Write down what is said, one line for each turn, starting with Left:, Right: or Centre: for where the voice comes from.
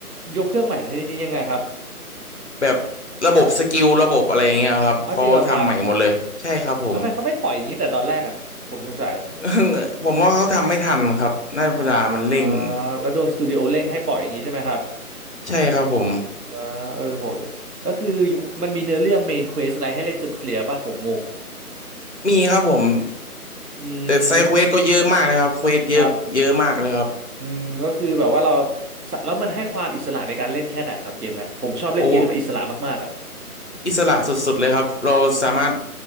Right: ยกเครื่องใหม่ในที่นี้ยังไงครับ
Left: แบบระบบสกิลระบบอะไรอย่างเงี้ยครับเขาทำใหม่หมดเลยใช่ครับผม
Right: อ๋อจริงเหรอครับแล้วทำไมเขาไม่ปล่อยอย่างนี้แต่ตอนแรกอ่ะผมสงสัย
Left: <laughs> ผมว่าเขาทำไม่ทันครับน่าเวลามันเร่ง
Right: อ่าแล้วโดนสตูดิโอเร่งให้ปล่อยอย่างนี้ใช่ไหมครับ
Left: ใช่ครับผม
Right: ว่าเออผมจะแล้วคืออยู่มันมีเนื้อเรื่องเมนเควสอะไรให้เล่นจนเคลียร์ป่ะผมงง
Left: มีครับผม
Right: อืม
Left: แต่ไซด์เควสก็เยอะมากเลยครับเควสเยอะเยอะมากเลยครับ
Right: ครับอืมก็คือแบบว่าเราสะแล้วมันให้ความอิสระในการเล่นแค่ไหนครับเกมเนะผมชอบเล่นเกมที่มันอิสระมากๆอ่ะ
Left: โอ้ อิสระสุดๆ เลยครับเราสามารถ